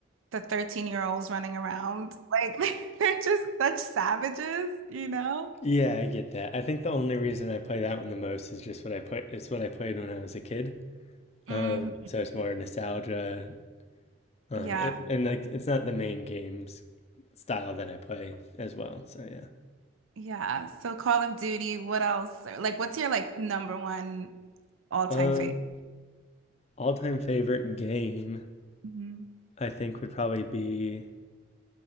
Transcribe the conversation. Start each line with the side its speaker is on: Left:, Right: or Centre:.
Right: the 13 year olds running around. Like <laughs> they're just such savages, you know?
Left: Yeah, I get that. I think the only reason I play that one the most is just what I put. It's what I played when I was a kid.
Right: hmm
Left: Um, so it's more nostalgia. Um,
Right: Yeah.
Left: and, and like it's not the main games style that I play as well. So yeah.
Right: Yeah. So Call of Duty, what else? Like what's your like number one all-time
Left: Um,
Right: favorite?
Left: all-time favorite game
Right: Mhm.
Left: I think would probably be.